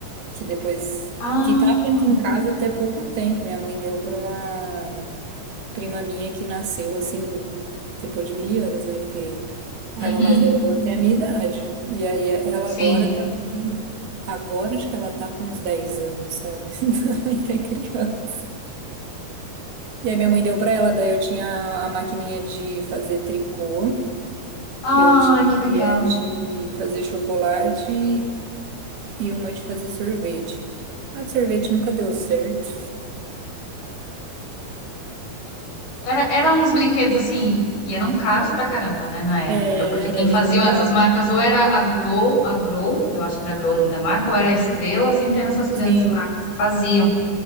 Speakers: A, on the right (about 75°); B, on the left (about 80°).
A: que depois,
B: Ah,
A: que tava aqui em casa até pouco tempo. Minha mãe deu pra uma prima minha que nasceu assim, depois de mil anos, né? Porque a
B: uhum,
A: irmã mais velha dela tem a minha idade. E aí é- ela
B: sim.
A: agora tá. com- Agora acho que ela tá com uns 10 anos, sabe? <laughs> Ainda é criança. E aí minha mãe deu pra ela, daí eu tinha a maquininha de fazer tricô,
B: Ai,
A: eu tive
B: que legal.
A: a de fazer chocolate e uma de fazer sorvete. A de sorvete nunca deu certo.
B: Era, eram uns brinquedos assim, e eram caros pra caramba, né, na época,
A: É,
B: porque
A: era
B: quem faziam
A: juntar,
B: essas marcas ou era a Grow, a Grow, eu acho que era a Grow o nome da marca, ou era a Estrela, sempre eram essas grandes
A: sim,
B: marcas que faziam.